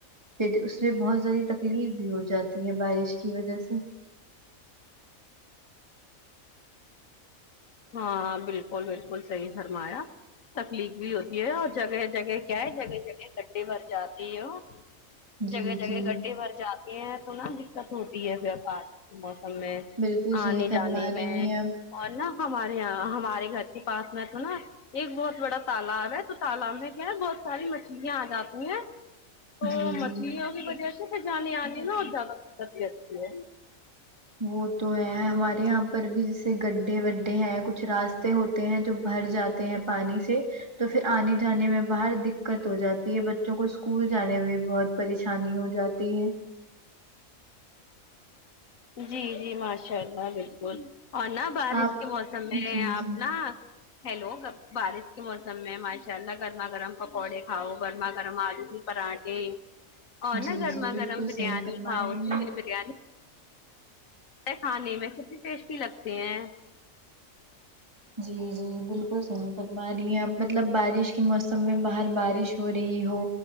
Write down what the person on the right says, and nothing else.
پھر اس سے بہت ذری تکلیف بھی ہو جاتی ہے بارش کی وجہ سے
جی
جی
بالکل صحیح
فرما
رہی
ہیں آپ
جی
جی
وہ تو ہے ہمارے یہاں پر بھی جیسے گڈھے وڈے ہیں کچھ راستے ہوتے ہیں جو بھر جاتے ہیں پانی سے تو پھر آنے جانے میں باہر دکات ہو جاتی ہے بچوں کو اسکول جانے میں بہت پریشانی ہو جاتی ہے
آپ
جی
جی
جی
جی بالکل
صحیح فرما
رہی
ہیں
جی جی بالکل صحیح فرما رہی ہیں اب مطلب بارش کے موسم میں باہر بارش ہو رہی ہو